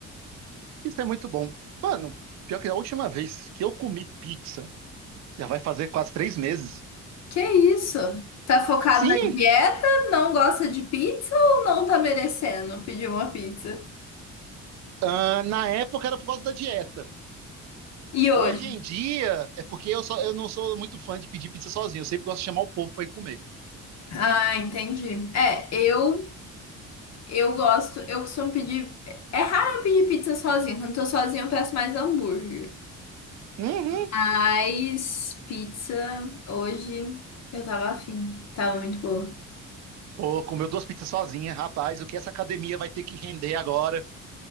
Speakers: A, on the right; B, on the left.
A: Isso é muito bom. Mano, pior que a última vez que eu comi pizza, já vai fazer quase três meses.
B: Que isso? Tá focado
A: Sim,
B: na dieta? Não gosta de pizza ou não tá merecendo pedir uma pizza?
A: ah, na época era por causa da dieta.
B: E hoje?
A: Hoje em dia é porque eu, só, eu não sou muito fã de pedir pizza sozinho. Eu sempre gosto de chamar o povo pra ir comer.
B: Ah, entendi. É, eu eu gosto, eu costumo pedir. É raro eu pedir pizza sozinha. Quando eu tô sozinha, eu peço mais hambúrguer.
A: Uhum.
B: Mas pizza hoje eu tava afim. Tava muito boa.
A: Pô, comeu duas pizzas sozinha, rapaz. O que essa academia vai ter que render agora?